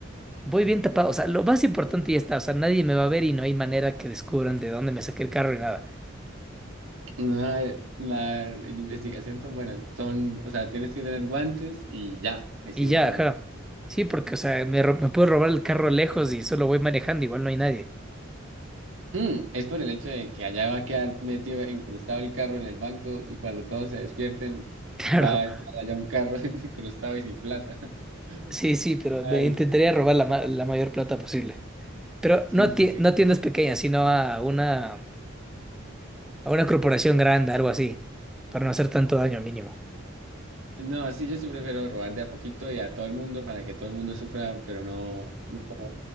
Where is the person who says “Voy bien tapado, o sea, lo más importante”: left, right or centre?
Centre